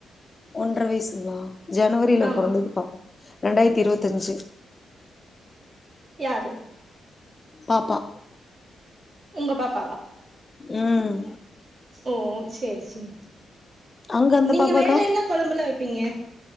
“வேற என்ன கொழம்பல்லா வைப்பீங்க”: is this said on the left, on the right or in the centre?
Right